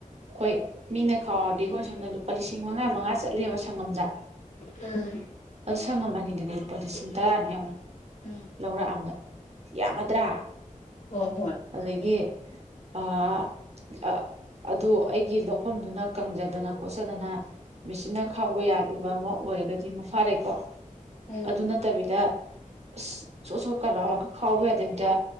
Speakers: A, on the right; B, on the left.
A: ꯑꯈꯣꯏ ꯃꯤꯅ ꯈꯥꯎꯔꯗꯤ ꯑꯈꯣꯏ ꯁꫭꯝꯗ ꯂꯨꯄꯥ ꯂꯤꯁꯤꯡ ꯃꯉꯥ-ꯃꯉꯥ ꯆꯠꯂꯦꯕ ꯁꯪꯉꯝꯗ꯫
B: ꯎꯝ꯫
A: ꯑꯗꯨ ꯁꯪꯉꯝ ꯑꯅꯤꯗꯨꯗꯤ ꯂꯨꯄꯥ ꯂꯤꯁꯤꯡ ꯇꯔꯥꯅꯤ ꯌꯦꯡꯎ
B: ꯎꯝ
A: ꯂꯧꯔꯥꯛ ꯑꯝꯗ꯫ ꯌꯥꯝꯑꯗ꯭ꯔꯥ
B: ꯍꯣꯏ ꯍꯣꯏ
A: ꯑꯗꯒꯤ ꯑ ꯑ ꯑꯗꯨ ꯑꯩꯒꯤ ꯂꯧꯐꯝꯗꯨꯅ ꯀꯪꯖꯗꯅ ꯈꯣꯠꯆꯗꯅ ꯃꯦꯆꯤꯟꯅ ꯈꯥꯎꯕ ꯌꯥꯈꯤꯕ ꯑꯃ ꯑꯣꯏꯔꯒꯗꯤ ꯑꯃ ꯐꯥꯔꯦꯀꯣ
B: ꯎꯝ
A: ꯑꯗꯨ ꯅꯠꯇꯕꯤꯗ ꯑꯁ ꯁꯣꯠ-ꯁꯣꯠ ꯀ ꯂꯥꯎꯔꯒ ꯈꯥꯎꯕ ꯌꯥꯗꯕꯤꯗ